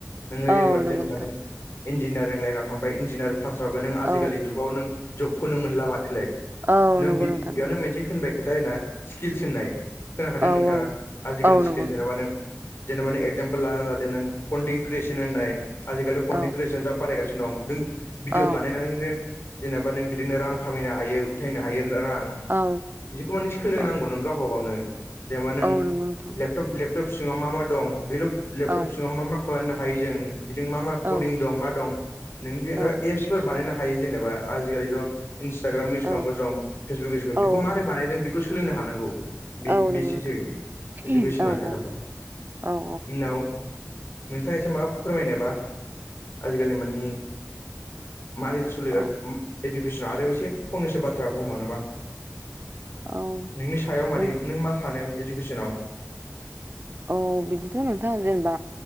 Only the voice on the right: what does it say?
औ
नंगौ
नोंथां
औ
औ
नंगौ नोंथां
नंगौ
औ
औ
औ नंगौ
औ
औ
औ
औ
औ नंगौ नोंथां
औ
औ
औ
औ
औ
औ नंगौ
नोंथां
नंगौ नंगौ।
औ
औ औ
औ
औ
औ
औ बिदिथ नोंथाङा जेनेबा